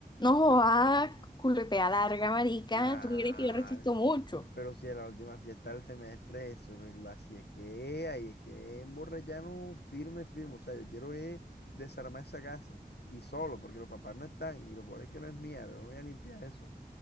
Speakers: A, on the left; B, on the left.
A: No joda, culpea larga, marica.
B: Ah,
A: ¿Tú crees que yo resisto mucho?
B: Pero si a la última fiesta del semestre, eso lo lo- así es que, ahí es que emborracharnos firme, firme. O sea, yo quiero es desarmar esa casa. Y solo, porque los papás no están. Y lo peor es que no es mía, yo no voy a limpiar eso.